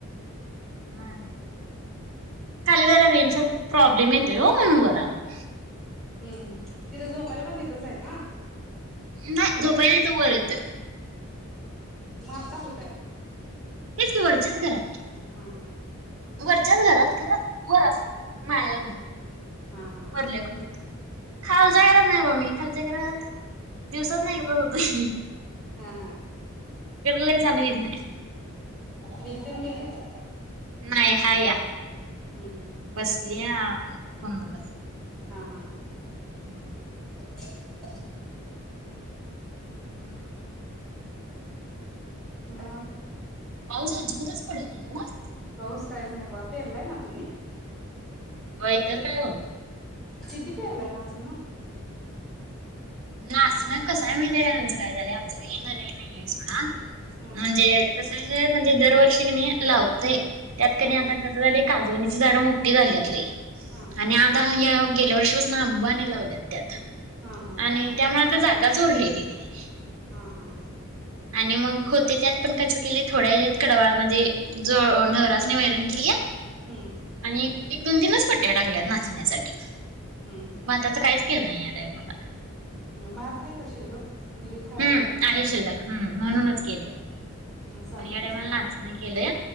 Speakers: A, on the right; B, in the centre.
A: मात <unintelligible> खाली जरा रेंज चा प्रॉब्लेम येतोय ओ म्हणुन वर आलो.
B: हम्म हम्म तिथं झोपायला पण तिथंच आहे ना?
A: नाही झोपाय ईत वर येतोय.
B: मग आता कूठय?
A: तेच की वरच्याच घरात की
B: हम्म हम्म.
A: वरच्याच घरात खर वर आस माळ्यावर.
B: हा हा
A: वरल्या खोलीत. खालच्या घरात नाही बा मी खालच्या घरात दिवसातन एकदा जातोय.
B: हम्म हम्म.
A: लय जाणं येत नाही
B: दिदी तन गेलीत.
A: नाही हा या
B: हम्म हम्म
A: बसली या फण बघत.
B: हा हा.
A: हम्म.
B: <inaudible>
A: हम्म.
B: मग
A: पाऊस अजिबात पडत नाही ना.
B: पाऊस काहीच नाही बघा पेरलाय ना तुम्ही?
A: हो इ तरर काय हो.
B: किती पेरलाय नाचून ना.
A: नाच ना कस आहे म्हणते आमचं काय झालंय आमचं काही येणारय नाही आहे सोड
B: हा
A: म्हणजे कस म्हणजे दरवर्षी की नाही लावत त्यात क
B: हा
A: आता काजची झाड मोठी झाली.
B: हा
A: आता ह गेल्या वर्षीपासून अंबाने लावल्यात त्यात
B: हा हा.
A: आणि त्यामुळे आता जागाच उरलेली नाही.
B: हा हा.
A: आणि मग होते त्यात पण खर्च केले थोड्या हत कडवाळा म्हणजे ज ढवराचने वैरण केली आहे.
B: हम्म.
A: आणि एक दोन तीनच पडट्या टाकल्यात नाचण्यासाठी
B: हम्म हम्म.
A: भातातच काहीच केलं नाही या टायमला
B: मग भात आहे का शिल्लक घरी खायला.
A: हम्म आहे शिल्लक हम्म म्हणूनच
B: हा
A: केलय.
B: हा मग चालते
A: म याड मला
B: की
A: नाचना केलंय